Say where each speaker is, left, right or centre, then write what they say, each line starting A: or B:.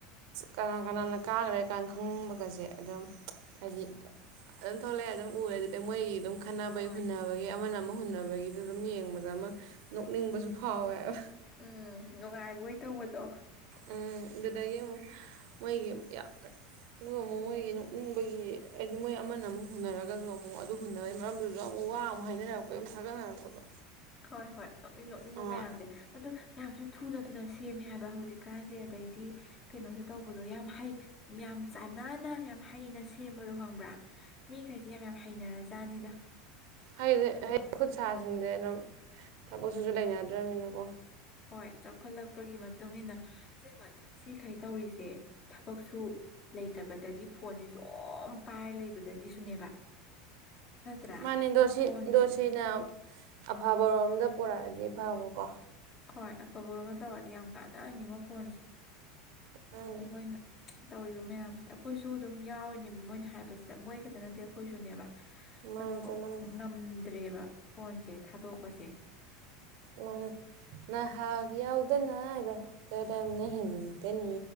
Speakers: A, on the right; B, on the left.
A: ꯀꯅꯥ ꯀꯅꯥꯅ ꯀꯥꯈ꯭ꯔꯦ ꯀꯥꯏꯅ ꯈꯪꯅꯤꯡꯕꯒꯁꯦ ꯑꯗꯨꯝ ꯍꯥꯏꯗꯤ ꯑꯗꯨꯝ ꯊꯣꯛꯂꯛꯑꯦ ꯑꯗꯨꯝ ꯎꯔꯦ ꯑꯗꯨꯗꯤ ꯃꯣꯏꯒꯤ ꯑꯗꯨꯝ ꯈꯟꯅꯅꯕꯩ
B: ꯍꯣꯏ
A: ꯍꯨꯟꯅꯕꯒꯤ ꯑꯃꯅ ꯑꯃ ꯍꯨꯟꯅꯕꯒꯤꯗꯨ ꯑꯗꯨꯝ ꯌꯦꯡꯕꯗ ꯑꯃ ꯅꯣꯛꯅꯤꯡꯕꯁꯨ ꯐꯥꯎꯋꯦꯕ
B: ꯎꯝ ꯅꯨꯡꯉꯥꯏꯕꯣꯏ ꯇꯧꯕꯗꯣ
A: ꯎꯝ ꯑꯗꯨꯗꯗꯒꯤ ꯃꯣꯏꯒꯤ ꯌꯥ ꯑꯗꯨꯒ ꯑꯃꯨꯛ ꯃꯣꯏꯒꯤ ꯅꯣꯛꯅꯤꯡꯕꯒꯤ ꯍꯥꯏꯗꯤ ꯃꯣꯏ ꯑꯃꯅ ꯑꯃꯨꯛ ꯍꯨꯟꯅꯔꯒꯁꯨ ꯑꯃꯨꯛ ꯑꯗꯨ ꯍꯨꯟꯅꯕꯩ ꯃꯔꯝꯗꯨꯁꯨ ꯑꯃꯨꯛ ꯋꯥ ꯑꯃ ꯍꯥꯏꯅꯔꯛꯄ ꯑꯗꯨꯝ ꯊꯥꯒꯠꯅꯔꯛꯄꯗꯣ
B: ꯍꯣꯏ ꯍꯣꯏ ꯅꯣꯛꯅꯤꯡ ꯅꯣꯛꯅꯤꯡꯕ
A: ꯑꯃ
B: ꯃꯌꯥꯝꯁꯦ ꯑꯗꯨꯣ ꯌꯥꯝꯁꯨ ꯊꯨꯅ ꯊꯨꯅ ꯁꯦꯝꯃꯦ ꯍꯥꯏꯕ ꯍꯧꯖꯤꯛꯀꯥꯟꯁꯦ ꯑꯗꯩꯗꯤ ꯀꯩꯅꯣꯁꯨ ꯇꯧꯕꯗꯣ ꯌꯥꯝ ꯍꯩ ꯌꯥꯝ ꯆꯥꯟꯅꯅ ꯌꯥꯝ ꯍꯩꯅꯩꯅ ꯁꯦꯝꯕꯗꯣ ꯈꯪꯕ꯭ꯔꯥ ꯃꯤꯈꯩꯁꯤꯦ ꯌꯥꯝ ꯌꯥꯝ ꯍꯩꯅꯔ ꯖꯥꯠꯅꯤꯗ
A: ꯍꯗꯤꯗꯤ ꯈꯨꯠ ꯁꯥꯁꯤꯡꯁꯦ ꯑꯗꯨꯝ ꯊꯕꯛꯁꯤꯁꯨ ꯂꯩꯅꯗ꯭ꯔꯃꯤꯅꯀꯣ
B: ꯍꯣꯏ ꯆꯥꯎꯈꯠꯂꯛꯄꯒꯤ ꯃꯇꯨꯡ ꯃꯇꯨꯡꯏꯟꯅ ꯁꯤꯈꯩ ꯇꯧꯔꯤꯁꯦ ꯊꯕꯛꯁꯨ ꯂꯩꯇꯕꯗꯒꯤ ꯐꯣꯟꯁꯤꯁꯨ ꯄꯥꯏꯔ ꯂꯩꯕꯗꯒꯤꯁꯨꯅꯦꯕ ꯅꯠꯇ꯭ꯔꯥ
A: ꯃꯥꯅꯦ ꯑꯗꯣ ꯁꯤ
B: ꯐꯣꯟꯁꯦ
A: ꯑꯗꯣ ꯁꯤꯅ ꯑꯐꯕꯔꯣꯝꯗ ꯄꯨꯣꯔꯛꯑꯗꯤ ꯐꯕꯀꯣ
B: ꯍꯣꯏ ꯑꯐꯕꯔꯣꯝꯅ ꯇꯧꯔꯗꯤ ꯌꯥꯝ ꯀꯥꯟꯅꯍꯟꯅꯤꯡꯉꯣ ꯐꯣꯟꯁꯦ
A: ꯃꯥꯅꯤ
B: ꯑꯗꯨꯝ ꯃꯣꯏꯅ ꯇꯧꯔꯤꯕ ꯃꯌꯥꯝꯁꯦ ꯑꯩꯈꯣꯏꯁꯨ ꯑꯗꯨꯝ ꯌꯥꯎꯔꯤꯅꯦꯕ ꯃꯣꯏꯅ ꯍꯥꯏꯕꯁꯤꯗ ꯃꯣꯏ ꯈꯛꯇ ꯅꯠꯇꯦ ꯑꯩꯈꯣꯏꯁꯨꯅꯦꯕ
A: ꯃꯥꯅꯤ
B: ꯑꯗꯣ
A: ꯆꯞ ꯃꯥꯅꯤ
B: ꯉꯝꯗ꯭ꯔꯦꯕ ꯐꯣꯟꯁꯦ ꯊꯥꯗꯣꯛꯄꯁꯦ
A: ꯃꯥꯅꯦ ꯅꯍꯥ ꯌꯥꯎꯗꯅ ꯍꯥꯏꯗꯣ ꯀꯔꯝꯅ ꯍꯤꯡꯒꯅꯤ